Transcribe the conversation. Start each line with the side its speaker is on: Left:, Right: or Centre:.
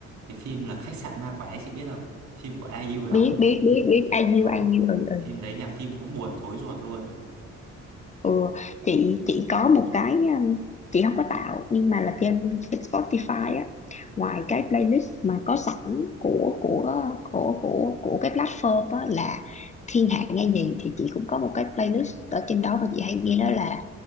Right: cái phim là khách sạn ma quái chị biết không phim của ai IU đóng
Left: biết
Right: ấy
Left: biết biết biết I
Right: đó
Left: you I you ừ ừ
Right: phim đấy nhạc phim cũng buồn thối ruột luôn
Left: ừ, chị chị có một cái um, chị không có tạo nhưng mà là trên trên Spotify á ngoài
Right: Ừ.
Left: cái playlist mà có sẵn của của của của của cái platform á là thiên hạ nghe gì thì chị cũng có một cái playlist ở trên đó mà chị hay
Right: à
Left: nghe đó là